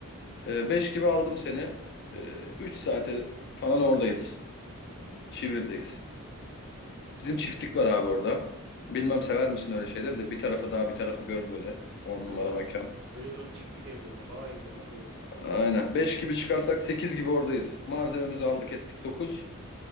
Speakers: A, on the left; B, on the right.
A: Ee, 5 gibi aldım seni. Ee, 3 saate falan oradayız. Çivril'deyiz. Bizim çiftlik var abi orada. Bilmem sever misin öyle şeyleri de bir tarafı dağ bir tarafı göl böyle. on
B: Bayılırım.
A: numara mekan.
B: Bayılırım çiftlik evlerine, bağ evlerine bayılırım.
A: Aynen. 5 gibi çıkarsak 8 gibi oradayız. Malzememizi aldık ettik dokuz